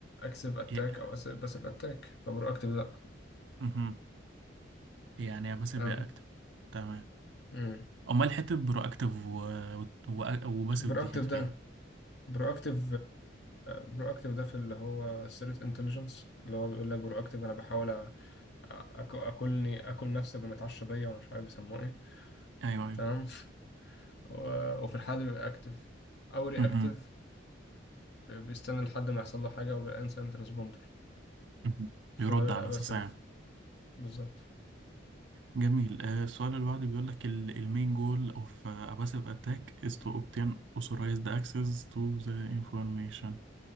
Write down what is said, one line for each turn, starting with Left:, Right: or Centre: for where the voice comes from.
Left: active attack
Right: إيه.
Left: او passive attack فبروactive لا
Right: مهم. إيه، يعني يا باسيف
Left: تمام
Right: يا اكتف تمام
Left: امم
Right: امال حته برواكتيف و... و... وباسيف
Left: proactive
Right: دي كانت في
Left: ده
Right: ايه
Left: برواكتيف برواكتيف ده في اللي هو الثريت انتليجنس اللي هو بيقول لك برواكتيف انا بحاول أ- أك- اكلني اكل نفسي قبل ما اتعشى بيا وانا مش عارف بيسموه ايه
Right: ايوه ايوه
Left: تمام و- وفي الحالة دي بيبقى اكتف او رياكتيف
Right: مهم.
Left: بيستنى لحد ما يحصل له حاجة وبيبقى انسنت ريسبوندر
Right: مهم.
Left: فده
Right: يرد
Left: بيبقى
Right: على
Left: باسيف
Right: اساسها يعني
Left: بالظبط
Right: جميل آه، السؤال اللي بعده بيقول لك المين جول اوف باسيف اتاك از تو اوبتين authorized access to the information